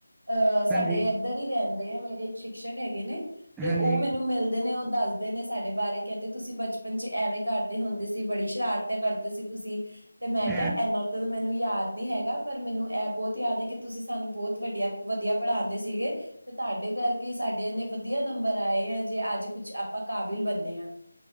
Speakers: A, on the right; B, in the centre.
A: ਅਹ ਸਾਡੇ
B: ਹਾਂਜੀ
A: ਇੱਧਰ ਹੀ ਰਹਿੰਦੇ ਆ ਮੇਰੇ ਇੱਕ ਸ਼ਿਕਸ਼ਕ ਹੈਗੇ ਨੇ, ਤੇ
B: ਹਾਂਜੀ
A: ਉਹ ਮੈਨੂੰ ਮਿਲਦੇ ਨੇ ਉਹ ਦੱਸ ਨੇ ਸਾਡੇ ਬਾਰੇ ਕਹਿੰਦੇ ਤੁਸੀਂ ਬਚਪਨ'ਚ ਐਵੇਂ ਕਰਦੇ ਹੁੰਦੇ ਸੀ, ਬੜੀ ਸ਼ਰਾਰਤ ਕਰਦੇ ਸੀ ਤੁਸੀ। ਤੇ, ਮੈਂ
B: ਹੈਂ
A: ਕਿਹਾ, ਇਨਾ ਕ ਤ ਮੈਨੂੰ ਯਾਦ ਨਹੀਂ ਹੈਗਾ, ਪਰ ਮੈਨੂੰ ਐ ਬਹੁਤ ਯਾਦ ਏ, ਕਿ ਤੁਸੀਂ ਸਾਨੂੰ ਬਹੁਤ ਵਧੀਆ-ਵਧੀਆ ਪੜ੍ਹਾਂਦੇ ਸੀਗੇ। ਤੇ ਧਹਾਡੇ ਕਰਕੇ ਸਾਡੇ ਏਨੇ ਵਧੀਆ ਨੰਬਰ ਆਏ ਆ, ਜੇ ਅੱਜ ਕੁਛ ਆਪਾਂ ਕਾਬਿਲ ਬੰਨੇ ਆ।